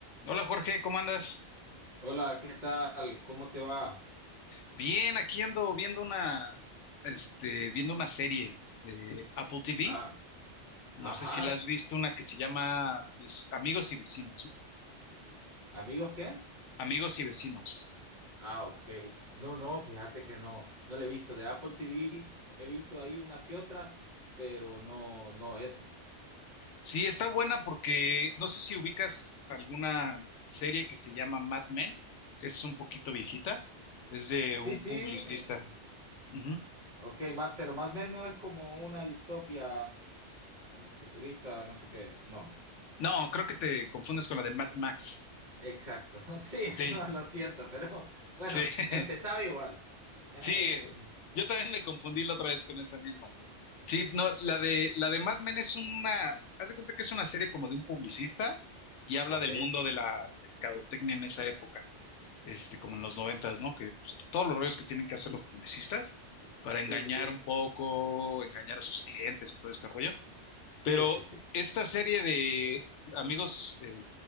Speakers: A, on the left; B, on the right.
A: Hola Jorge, ¿cómo andas?
B: Hola, ¿qué tal? ¿Cómo te va?
A: Bien, aquí ando viendo una, este, viendo una serie de Apple TV.
B: Ah,
A: No
B: ajá.
A: sé si la has visto, una que se llama Vec- Amigos y Vecinos.
B: ¿Amigos qué?
A: Amigos y Vecinos.
B: Ah, ok. No, no, fíjate que no, no le he visto de Apple TV, he visto ahí una que otra, pero no, no esa.
A: Sí, está buena porque no sé si ubicas alguna serie que se llama Mad Men, que es un poquito viejita. Es de
B: Sí,
A: un
B: sí,
A: publicista.
B: eh,
A: Ujú.
B: ok, ma- pero más o menos es como una distopia futurista, no sé qué. No,
A: No, creo que te confundes con la de Mad Max.
B: exacto. <laughs> Sí,
A: Sí,
B: <laughs> lo siento, pero bueno,
A: sí, <laughs>
B: empezaba igual. Eh,
A: sí. Yo también me confundí la otra vez con esa misma. Sí, no, la de, la de Mad Men es una, haz de cuenta que es una serie como de un publicista y habla
B: ok,
A: del mundo de la mercadotecnia en esa época, este, como en los noventas, ¿no? Que pues, todos los rollos que tienen que hacer los publicistas para engañar
B: sí, sí,
A: un poco, engañar a sus clientes y todo este rollo.
B: sí,
A: Pero
B: sí, sí. sí.
A: esta serie de amigos, eh,